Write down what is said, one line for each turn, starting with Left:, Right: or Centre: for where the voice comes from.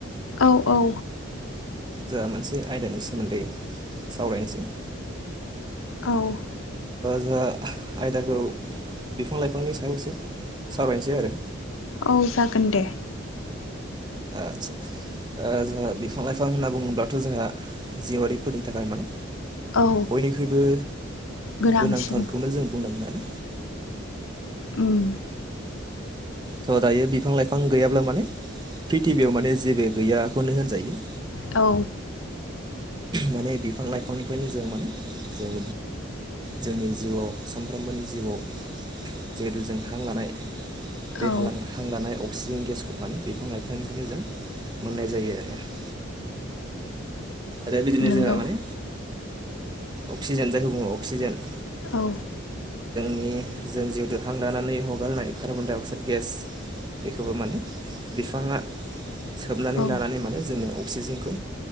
Left: औ औ
Right: जोंहा मोनसे आयदानि सोमोन्दै सावरायनोसै
Left: औ
Right: जोंहा आयदाखौ बिफां लाइफांनि सायावसो सावरायनोसै आरो
Left: औ जागोन दे
Right: आतसा जोंहा बिफां लाइफां होनना बुङोब्लाथ जोंहा जिवआरिफोरनि थाखाय मोन
Left: औ
Right: बयनिख्रुइबो
Left: गोनांसिन
Right: गोनांथारखौनो जों बुंनांगोन आरो
Left: उम
Right: स दायो बिफां लाइफां गैयाब्ला माने प्रिथिबियाव माने जेबो गैयाखौनो होनजायो
Left: औ
Right: माने बिफां लाइफांनिफ्रायनो जों माने जों जोंनि जिउआव सानफ्रोमबोनि जिउआव जिहेथु जों हां लानाय बे
Left: औ
Right: हां हां लानाय अक्सिजेन गेसखौ माने बिफां लाइफांनिफ्रायनो मोननाय जायो आरो <inaudible> आरो बिदिनो
Left: नंगौ
Right: जोंहा माने अक्सिजेन जायखौ बुङो अक्सिजेन
Left: औ
Right: नि जों जिहुथु हां लानानै हगारनाय कार्बन डाइ अक्साइड गेस बेखौबो माने बिफाङा सोबनानै
Left: औ
Right: लानानै माने जोंनो अक्सिजेनखौ